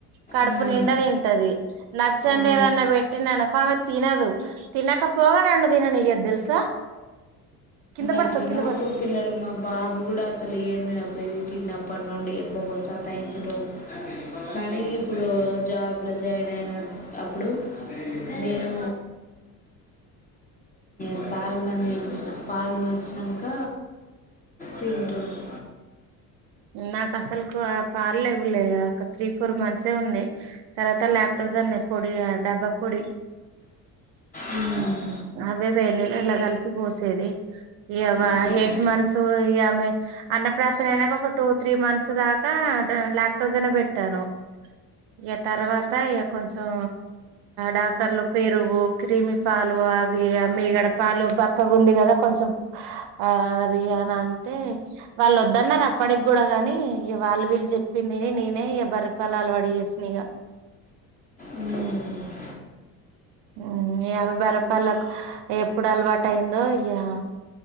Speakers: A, on the right; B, on the left.
A: కడుపు
B: ఉమ్.
A: నిండ తింటది నచ్చంది
B: ఆ.
A: ఏదన్నా పెట్టిననుకో ఆమె తినదు తినకపోగా నన్ను తిననియ్యదు తెలుసా కింద పడతావ్
B: అట్లనే
A: కింద
B: ఉంటారు
A: పడతావ్
B: పిల్లలు మా బాబు కూడా అసలు ఏం తినపోయది చిన్నప్పటిండి బబసా తయించుటోడు కానీ ఇప్పుడు జాబ్లో జాయిన్ అయిన అప్పుడు నేను అ పాలు మంది చేపించిన పాలు మరిచినాక తింటుండు
A: నాకు అసలుకు వులే ఒక త్రీ ఫోర్ మంత్స్ ఉన్నాయి తర్వా ఫోజ పొడి డబ్బా పొడి
B: ఉ
A: అవే వేడినీలల్ల కలిపి పోసేది. ఎవా
B: ఉమ్. ఉమ్.
A: ఎయిట్ మంత్స్ ఈ ఆమె అన్నప్రాసన అయినంక, ఒక టూ, త్రీ మంత్స్ దాకా ఆటా లాక్టోజన్ బెట్టాను. ఇహ తర్వాతయె కొంచెం, డాక్టర్లు పెరుగు, క్రిమి పాల అవి మీగడ పాలు పక్కగా ఉంది గద కొంచెం. ఆ అది అని అంటే, వాళ్ళొద్దన్నరు అప్పటికి గుడా గనీ, ఇగ వాళ్ళు వీళ్ళు చెప్పిందినీ, నేనే ఇ బర్రె పాలు అలవాటు జేసిన ఇగ.
B: ఉమ్. ఉమ్.
A: ఊహ్, ఆమె బర్రెపాల్లకు ఎప్పుడు అలవాట యిందో ఇహా,